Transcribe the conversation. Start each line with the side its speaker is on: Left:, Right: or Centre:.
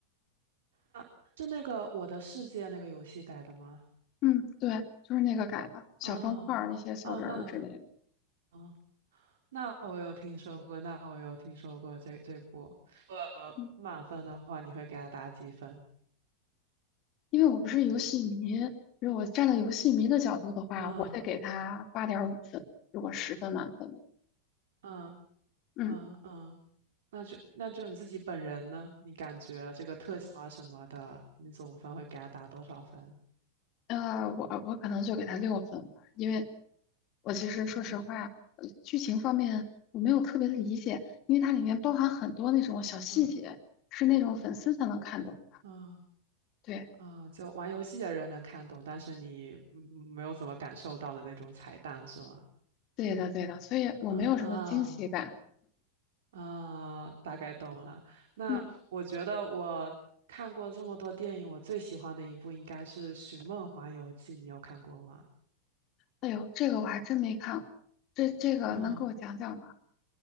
Right: 啊，是那个《我的世界》那个游戏改的吗？
Left: 嗯，对，就是那个改的，小方块儿那些小人儿之类的。
Right: 啊哦，那哦，那我有听说过，那我有听说过这这部。呃，
Left: 嗯
Right: 满分的话，你会给他打几分？
Left: 因为我不是游戏迷，如果站在游戏迷的角度的话，
Right: 嗯
Left: 我得给他八点五分。如果十分满分，
Right: 嗯
Left: 嗯，
Right: 嗯嗯。那就那就你自己本人呢？你感觉这个特效啊什么的，你总分会给他打多少分？
Left: 呃，我我可能就给他六分吧，因为我其实说实话，
Right: 嗯
Left: 呃剧情方面我没有特别的理解，因为它里面包含很多那种小细节，
Right: 嗯
Left: 是那种粉丝才能看懂。
Right: 嗯
Left: 对，
Right: 啊，就玩游戏的人能看懂，但是你嗯没有怎么感受到的那种彩蛋是吗？
Left: 对的，对的，所以我没有什么惊喜感。
Right: 嗯啊啊，大概懂了。那我觉得我看过这么多电影，
Left: 嗯，
Right: 我最喜欢的一部应该是《寻梦环游记》，你有看过吗？
Left: 哎呦，这个我还真没看过，这这个能给我讲讲吗？
Right: 嗯